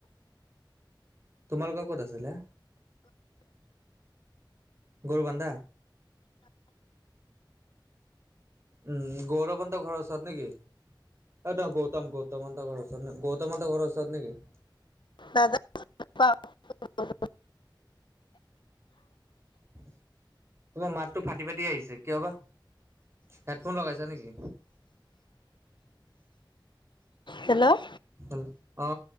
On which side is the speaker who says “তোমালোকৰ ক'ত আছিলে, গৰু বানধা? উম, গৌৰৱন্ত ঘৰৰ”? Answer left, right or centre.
Right